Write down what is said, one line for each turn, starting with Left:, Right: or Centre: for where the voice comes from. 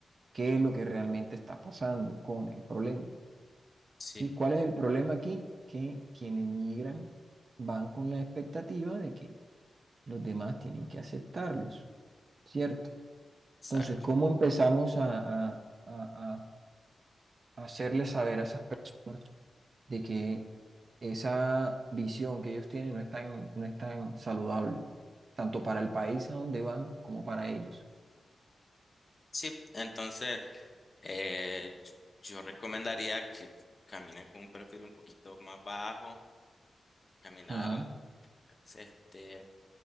Right: ¿qué es lo que realmente está pasando con el problema?
Left: Sí,
Right: ¿Sí? ¿Cuál es el problema aquí? Que quienes migran van con la expectativa de que los demás tienen que aceptarlos, ¿cierto?
Left: exacto.
Right: Entonces, ¿cómo empezamos a, a, a, hacerles saber a esas personas de que esa visión que ellos tienen no es tan, no es tan saludable, tanto para el país a donde van como para ellos.
Left: Sí, entonces eh, yo recomendaría que caminen con un perfil un poquito más bajo, caminar
Right: Ajá.
Left: este